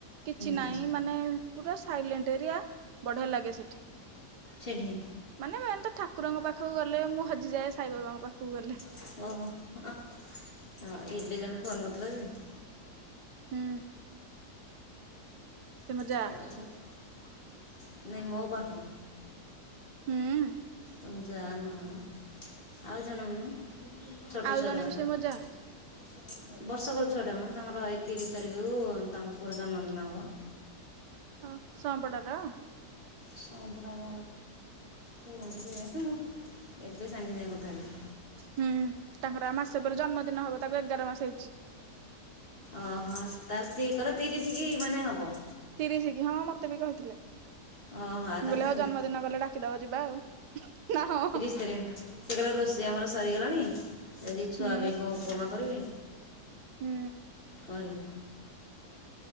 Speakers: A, on the right; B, on the left.
A: କିଛି
B: ହୁଁ
A: ନାଇ ମାନେ ପୁରା ସାଇଲେଣ୍ଟ ଏରିଆ ବଢ଼ିଆ ଲାଗେ ସେଠି।
B: ସେଠି?
A: ମାନେ ମେନ୍ ତ ଠାକୁରଙ୍କ ପାଖକୁ ଗଲେ ମୁଁ ହଜିଯାଏ ସାଇବାବାଙ୍କ ପାଖକୁ ଗଲେ।
B: ଓହୋ ଏବେ ଜଣ ଫୋନ କରିଥିଲା ଯେ
A: ହୁଁ ସେ ମୋ
B: <unintelligible>
A: ଯା
B: ନାଇଁ ମୋ ପାଖ
A: ହୁଁ
B: ତମ ଜା ନୁହେଁ ମ ଆଉ ଜଣେ ମ ଛୋଟ
A: ଆଉ
B: ଛୁଆଟା
A: ଜଣେ
B: ତାଙ୍କ
A: ବି ସେ ମୋ ଯା
B: ବର୍ଷକର ଛୁଆଟା କ ତାଙ୍କର ଏଇ ତିରିଶ ତାରିଖକୁ ତାଙ୍କ ପୁଅର ଜନ୍ମଦିନ ହବ।
A: ଓ ସଅଁପଡ଼ାର
B: ସଅଁପଡ଼ାର କୋଉ <unintelligible> ମୁଁ ଏବେ ସାଙ୍ଗେ ସାଙ୍ଗେ କଥା ହେବେ।
A: ହୁଁ, ତାଙ୍କର ଆ, ମାସ ପରେ ଜନ୍ମଦିନ ହବ ତାକୁ ଏଗାର ମାସ ହେଇଛି।
B: ଓହୋ, ତାର ତି କଲ ତିରିଶି କି ମାନେ ହବ।
A: ତିରିଶି କି ହଁ ମୋତେ ବି କହିଥିଲେ।
B: ଓହୋ ଆଉ
A: ମୁଁ
B: ତାହେଲେ
A: କହିଲି ହଉ ଜନ୍ମଦିନ କଲେ ଡାକିଦବ ଯିବା ଆଉ ନା ହଁ, ହଁ।
B: ତେରେ ସେ କହିଲା ରୋଷେଇ ଆମର ସରିଗଲାଣି ଯଦି ଛୁଆ
A: ହୁଁ
B: ପାଇଁ କ ଉପମା କରିବି।
A: ହୁଁ।
B: କହିଲ